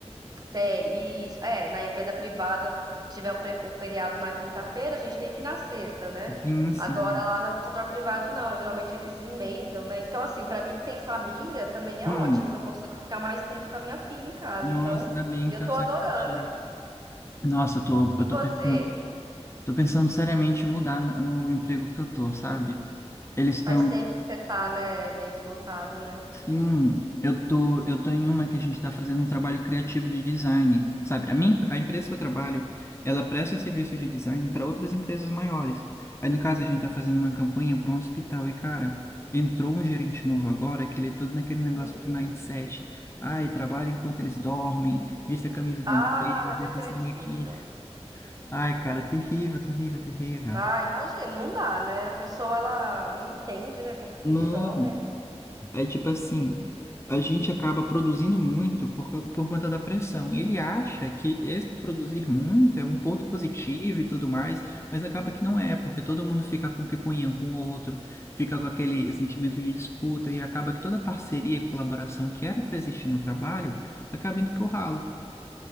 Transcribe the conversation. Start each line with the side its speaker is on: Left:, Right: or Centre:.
Right: Tem, isso. É, na empresa privada, se tiver um, pre- um feriado na quinta-feira, a gente tem que ir na sexta, né?
Left: Sim, sim.
Right: Agora lá no setor privado, não. Geralmente eles emendam, né? Então, assim, pra mim que tem família, também é
Left: Hum.
Right: ótimo, que eu consigo ficar mais tempo com a minha filha em casa.
Left: Nossa,
Right: Então,
Left: ainda bem
Right: eu
Left: que deu
Right: tô
Left: certo
Right: adorando.
Left: pra ti. Nossa, eu tô, eu
Right: E
Left: tô
Right: você?
Left: pensando, tô pensando seriamente em mudar no emprego que eu tô, sabe? Eles estão,
Right: Faz tempo que você tá, né, meio esgotado, né?
Left: sim, eu tô, eu tô em uma que a gente tá fazendo um trabalho criativo de design, sabe? A minha, a empresa que eu trabalho, ela presta serviço de design para outras empresas maiores. Aí, no caso, a gente tá fazendo uma campanha para um hospital e, cara, entrou um gerente novo agora que ele é todo naquele negócio
Right: Hum.
Left: de mindset. Ai, trabalha enquanto eles dormem, vista a camisa da
Right: Ah,
Left: empresa,
Right: não
Left: desse
Right: acredito.
Left: sangue aqui. Ai, cara, terrível, terrível, terrível.
Right: Ah, imagina, não dá, né? A pessoa, ela não entende, né, como que
Left: Não,
Right: funciona.
Left: é tipo assim, a gente acaba produzindo muito por, co- por conta da pressão. E ele acha que esse produzir muito é um ponto positivo e tudo mais, mas acaba que não é, porque todo mundo fica com picuinha um com o outro, fica com aquele sentimento de disputa e acaba que toda parceria e colaboração que era para existir no trabalho acaba indo pro ralo.